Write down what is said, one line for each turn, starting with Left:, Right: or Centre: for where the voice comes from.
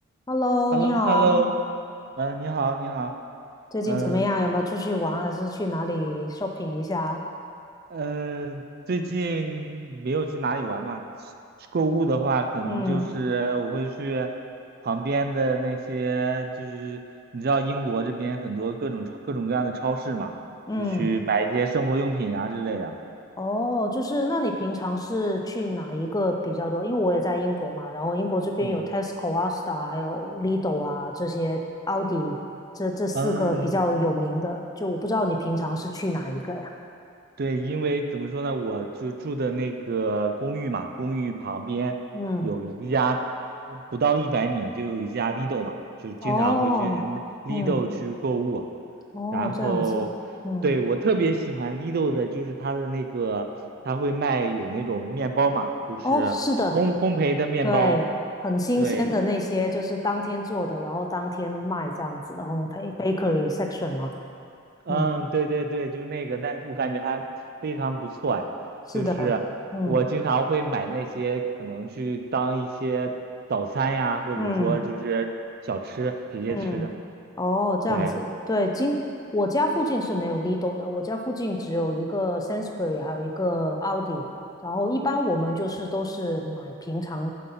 Left: Hello，
Right: h
Left: 你好啊，
Right: e l l o h e l l o 嗯，你好，你好，
Left: 最近怎么样？
Right: 嗯、
Left: 有没有出去玩，还是去哪里 shopping 一下啊？
Right: 呃嗯，呃最近没有去哪里玩嘛？去购物的话，可能就是我会去
Left: 嗯
Right: 旁边的那些，就是你知道英国这边很多各种超各种各样的超市嘛，
Left: 嗯，
Right: 就去买一些生活用品啊之类的。
Left: 哦，就是那你平常是去哪一个比较多？因为我也在英国嘛，然后英国这边有
Right: 嗯
Left: Tesco 啊、Asda 还有 Lidl 啊这些，a u d 迪这这四个比较有名的，
Right: 嗯，
Left: 就我不知道你平常是去哪一个呀？
Right: 对，因为怎么说呢，我就住的那个公寓嘛，公寓旁边有一家，
Left: 嗯，
Right: 呃不到一百米就有一家 Lidl 嘛，就经常会去
Left: 哦，
Right: Lidl
Left: 嗯，
Right: 去购物。
Left: 哦，
Right: 然后，
Left: 这样子，嗯，
Right: 对，我特别喜欢 Lidl 的，就是它的那个，他会卖有那种面包嘛，就是烘烘焙的面包，
Left: 哦，是的。对，很新鲜的那些，
Right: 对。
Left: 就是当天做的，然后当天卖这样子的烘焙 bakery section 嘛。
Right: 嗯，
Left: 嗯，
Right: 对对对，就那个，但我感觉还非常不错呀。
Left: 是的，
Right: 就是我经常会买那些，
Left: 嗯
Right: 可能去当一些早餐呀，或者说就是小吃直接吃。
Left: 嗯。嗯，哦，这样子，
Right: 对，
Left: 对，今我家附近是没有 Lidl 的，我家附近只有一个 Sainsbury，还有一个奥迪。然后一般我们就是都是买平常